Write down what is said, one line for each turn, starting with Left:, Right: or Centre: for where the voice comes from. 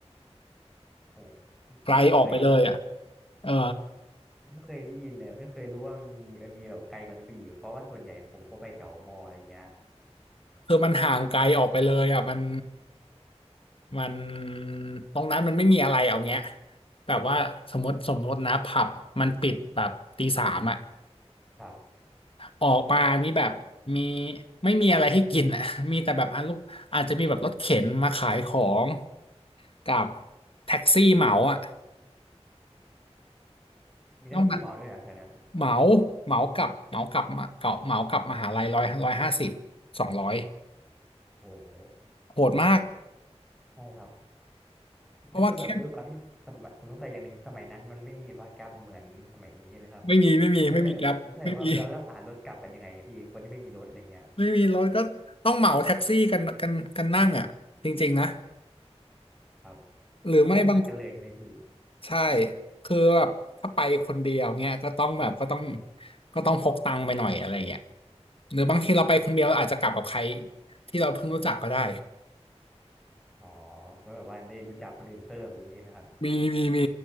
Centre: โอ้โห
Left: ไกลออกไปเลยอ่ะ
Centre: ไม่เคยได้
Left: เออ
Centre: ไม่เคยได้ยินเลยไม่เคยรู้ว่ามันมีมันมีแบบไกลกว่านั้นไปอีกเพราะว่าส่วนใหญ่ผมก็ไปแถวมออะไรเงี้ย
Left: คือมันห่างไกลออกไปเลยอ่ะมันมันตรงนั้นมันไม่มีอะไรเอาเงี้ยแบบว่าสมมติสมมตินะผับมันปิดแบบตีสามอ่ะ
Centre: ครับ
Left: ออกมานี่แบบมีไม่มีอะไรให้กินอ่ะ <laughs> มีแต่แบบอาลูกอาจจะมีแบบรถเข็นมาขายของกับแท็กซี่เหมาอ่ะ
Centre: มีหน้าที่เหมาด้วยอ่ะแถวนั้น
Left: ต้องมาเหมาเหมากับเหมากับมาเกาะเหมากับมหาลัยร้อยร้อยห้าสิบสองร้อย
Centre: โอ้โห
Left: โหดมาก
Centre: ใช่ครับ
Left: เพราะว่าแค่
Centre: แล้วคือแบบด้วยความที่สมัยผมสงสัยอย่างหนึ่งสมัยนั้นมันไม่มีว่าแก๊ปเหมือนสมัยนี้ใช่ไหมครับ
Left: ไม่มีไม่มีไม่มีแกร็บไม่มี
Centre: ผมสงสัยผมสงสัยว่าแล้วแล้วหารถกลับกันยังไงพี่คนที่ไม่มีรถอะไรเงี้ย
Left: ไม่มีรถก็ต้องเหมาแท็กซี่กันกันกันนั่งอ่ะจริงๆนะ
Centre: ครับ
Left: หรือไม่บาง
Centre: ก็คือต้องนัดกันเลยใช่ไหมพี่
Left: ใช่ คือแบบถ้าไปคนเดียวเนี่ยก็ต้องแบบก็ต้องก็ต้องพกตังค์ไปหน่อยอะไรเงี้ยหรือบางทีเราไปคนเดียวเราอาจจะกลับกับใครที่เราเพิ่งรู้จักก็ได้
Centre: อ๋อก็แบบว่าได้รู้จักคนอื่นเพิ่มอย่างนี้ใช่ไหมครับ
Left: มีมีมี